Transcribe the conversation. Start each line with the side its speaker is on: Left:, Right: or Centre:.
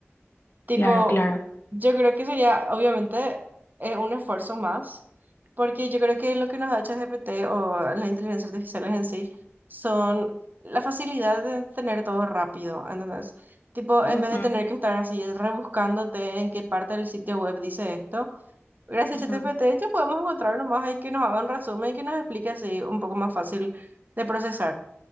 Right: Tipo,
Left: Claro, claro.
Right: yo creo que sería, obviamente, eh, un esfuerzo más, porque yo creo que lo que nos da ChatGPT o las inteligencias artificiales en sí son la facilidad de tener todo rápido, ¿entendés? Tipo, en
Left: Ujú,
Right: vez de tener que estar así rebuscándote en qué parte del sitio web dice esto, gracias
Left: ujú,
Right: a ChatGPT ya podemos encontrar nomás ahí que nos haga un resumen y que nos explique así un poco más fácil de procesar.